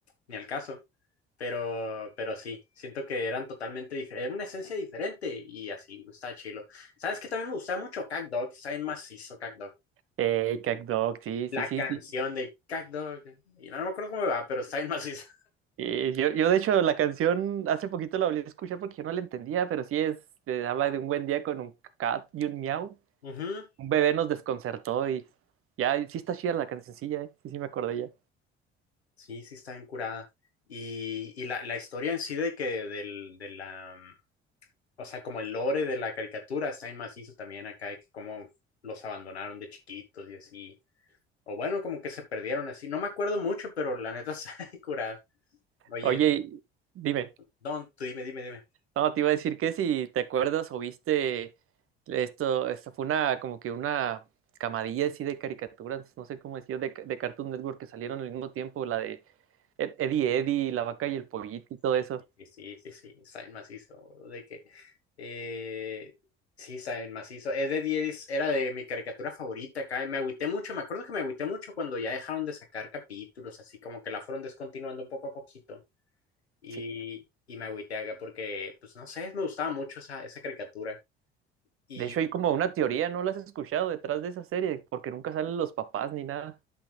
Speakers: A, on the left; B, on the right.
A: ni al caso. Pero, pero sí, siento que eran totalmente diferentes, era una esencia diferente y así, está chilo. ¿Sabes qué también me gustaba mucho? CatDog, está bien macizo CatDog.
B: Eh, Cat dog sí,
A: La
B: sí, sí,
A: canción
B: sí.
A: de CatDog, y no, no me acuerdo cómo va, pero está bien macizo.
B: y yo, yo de hecho la canción hace poquito la volví a escuchar porque yo no la entendía, pero sí es, eh, habla de un buen día con un cat y un miau.
A: <laughs> Ujú,
B: Un bebé nos desconcertó y ya, y sí está chida la cancioncilla, eh. Sí, sí me acordé ya.
A: Sí, sí, está bien curada. Y, y la, la historia en sí de que del, de la, mm, o sea, como el lore de la caricatura está bien macizo también acá, de que cómo los abandonaron de chiquitos y así. O bueno, como que se perdieron así. No me acuerdo mucho, pero la neta <laughs> está bien curada. Oye.
B: Oye, y- dime.
A: No, tú dime, dime, dime.
B: No, te iba a decir que si te acuerdas o viste esto, esto fue una como que una camadilla así de caricaturas, no sé cómo decir, de, de Cartoon Network que salieron al mismo tiempo, la de Ed- Eddie Eddie, La Vaca y el Pollito y todo
A: Sí,
B: eso.
A: sí, sí, sí, sí, saben macizo, boludo, de que, eh, sí, saben macizo, es de 10, era de mi caricatura favorita acá, y me agüité mucho, me acuerdo que me agüité mucho cuando ya dejaron de sacar capítulos, así como que la fueron descontinuando poco a poquito, y,
B: Sí,
A: y me agüité acá porque, pues, no sé, me gustaba mucho esa, esa caricatura, y
B: de hecho hay como una teoría, ¿no la has escuchado detrás de esa serie? Porque nunca salen los papás ni nada.